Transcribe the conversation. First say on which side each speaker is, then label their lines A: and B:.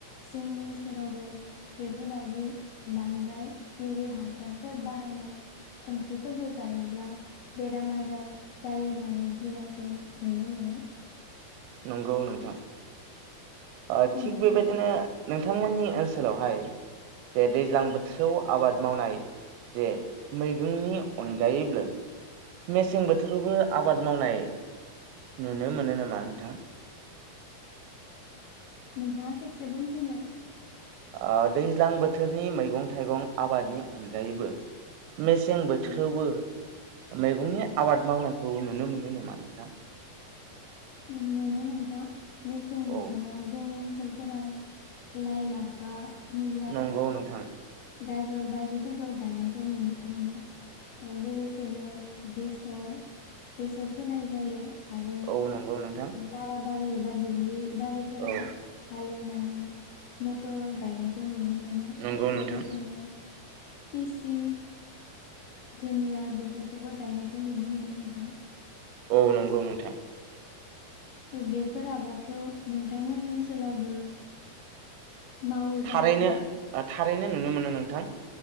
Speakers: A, on the left; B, on the right.
A: जोंनि ओनसोलावबो बे फोरबायदि बांद्राय इउरिया हासारफोर बाहायनाय ओंख्रिफोरखौ जायोब्ला बेराम आजार जायो होननानै गिनायखौ नुनो मोनो।
B: नंगौ नोंथां ओ
A: नंगौ
B: थिक बेबायदिनो
A: नोंथां
B: नोंथांमोननि ओनसोलावहाय जे दैज्लां बोथोराव आबाद मावनाय जे मैगंनि अनगायैबो मेसें बोथोरखौबो आबाद मावनाय नुनो मोनो नामा नोंथां?
A: नोंथाङा खेबसे बुंफिनलाय
B: ओ दैज्लां बोथोरनि मैगं थाइगं आबादनि अनगायैबो मेसें बोथोरावबो
A: औ
B: मैगंनि आबाद मावनायखौ नुनो मोनो नामा नोंथां?
A: उम, मोनो नोंथां मेसें बोथोराव
B: औ
A: जोंनि ओनसोल फोराव लाइ लाफा मुला
B: नंगौ नोंथां
A: गाजर बायदिफोरखौ गायनायखौ नुनो मोनो लोगोसेनो बेसर बेसर फोनाय जायो। आरो
B: औ नंगौ नोंथां
A: नारा बारि एबा दुब्लि बारिफोराव
B: औ
A: हालेवना नै मथर गायनायखौ नुनो मोन मोनो
B: नंगौ नोंथां
A: लोगोसेनो तसि धुनिया बेफोरखौबो गायनायखौ नुनो मोनो नोंथां।
B: औ नंगौ नोंथां
A: बेफोर आबादखौ नोंथांमोननि ओनसोलावबो मावो
B: थारैनो
A: जानांगौ
B: ओ थारैनो नुनो मोनो नोंथां